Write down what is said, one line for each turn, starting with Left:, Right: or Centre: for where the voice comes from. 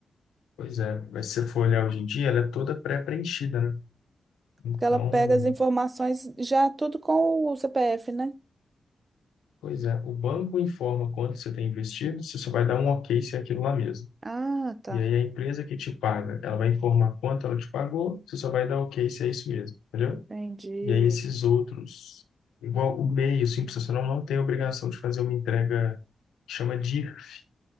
Left: Pois é. Mas se você for olhar hoje em dia, ela é toda pré-preenchida, né? Então,
Right: Porque ela pega as informações já tudo com o CPF, né?
Left: pois é. O banco informa quanto você tem investido, você só vai dar um ok se é aquilo lá mesmo.
Right: Ah, tá.
Left: E aí a empresa que te paga, ela vai informar quanto ela te pagou, você só vai dar ok se é isso mesmo. entendeu?
Right: Entendi.
Left: E aí esses outros, igual o MEI, o Simples Nacional, não tem obrigação de fazer uma entrega que chama DIRF.